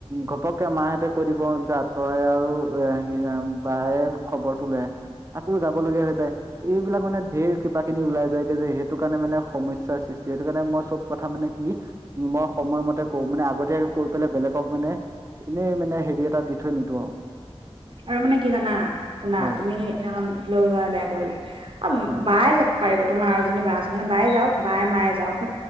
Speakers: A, on the right; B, on the right.
A: ঘপককে মাহঁতে কৈ দিব জাত তই আৰু এ ৰাম বায়ে খবৰটো লৈ আহ আকৌ যাব লগগীয়া হৈ যায়। এইবিলাক মানে ভেৰ কিবা কিনি ওলাই যায়গে যে সেইটো কাৰণে মানে সমস্যাৰ সৃষ্টি সেইটো কাৰণে মই চব কথা মানে কি উ মই সময়মতে কৰো মানে আগতীয়াকে কৈ পেলাই বেলেগক মানে এনেই মানে হেৰি এটা দি ধৈ নিদিও আৰু।
B: আৰু মানে কি জানা শুনা
A: হয়
B: তুমি সেখন লৈ বেয়া কৰিলা
A: হয়
B: বাই যাব পাৰিব তোমাৰ আৰু এজনী বা আছে নহয় বায়ে যাওক বায়ে মায়ে যাক